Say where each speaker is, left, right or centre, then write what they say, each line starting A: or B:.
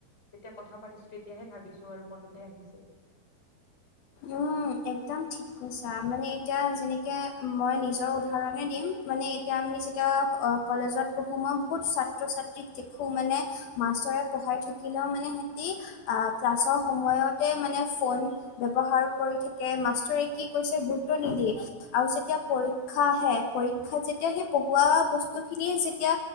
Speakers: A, on the left; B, on the left.
A: যেতিয়া কথা পাতিছোঁ তেতিয়াহে ভাবিছোঁ আৰু মনলৈ আহিছে
B: উম একদম ঠিক কৈছা মানে এতিয়া যেনেকে মই নিজৰ উদাহৰণে দিম মানে এতিয়া আমি যেতিয়া অহ কলেজত পঢ়োঁ মই বহুত ছাত্ৰ ছাত্ৰীক দেখোঁ মানে মাষ্টৰে পঢ়াই থাকিলেও মানে সিহঁতি আহ ক্লাছৰ সময়তে মানে ফোন ব্যৱহাৰ কৰি থাকে মাষ্টৰে কি কৈছে গুৰুত্ব নিদিয়ে আৰু যেতিয়া পৰীক্ষা আহে পৰীক্ষাত যেতিয়া সেই পঢ়োৱা বস্তু খিনি যেতিয়া